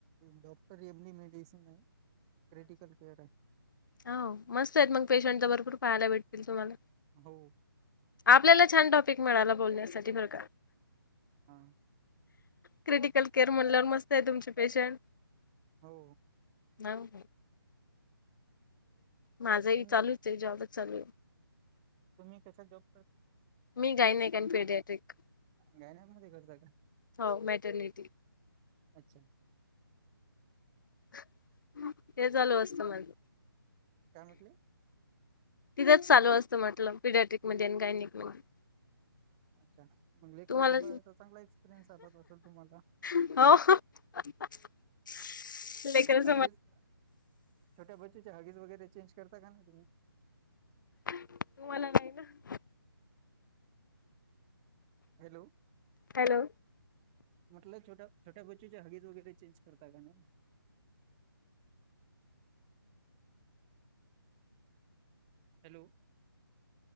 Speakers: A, on the right (about 15°); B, on the left (about 55°).
A: डॉक्टर एमली मेडिसिन आहे क्रिटिकल केअर आहे
B: हाव मस्त आहेत मग पेशंट तर भरपूर पाहायला भेटतील तुम्हाला
A: हो
B: आपल्याला छान टॉपिक मिळाला बोलण्यासाठी बर का
A: हा
B: क्रिटिकल केअर म्हणल्यावर मस्त आहे तुमचे पेशंट
A: हो
B: हाव माझाही
A: तुम्ही
B: चालूच आहे जॉबच चालू आहे
A: तुम्ही कशात जॉब कर
B: मी गा नाहीक आणि पिडतिक
A: गायणेकमध्ये करता कां.
B: हो मॅटर्निटी.
A: अच्छा.
B: <unintelligible>
A: काय म्हटले.
B: तिथंच चालू असतं म्हटलं पिडॅट्रिक मध्ये आणि गायणिक मध्ये.
A: अच्छा, मग लेकर
B: तुम्हाला
A: संभायचा चांगला. एक्सपिरियन्स आलात असल तुम्हाला.
B: <unintelligible> लेकरच
A: हगीच छोट्या बचीच्या हगीच वगैरे, चेंज करता का नाही तुम्ही?
B: तुम्हांला नाही ना.
A: हॅलो.
B: हॅलो.
A: म्हटलं छोट्या छोट्या बच्चूच्या हगीज वगैरे चेंज करता की नाही. Hello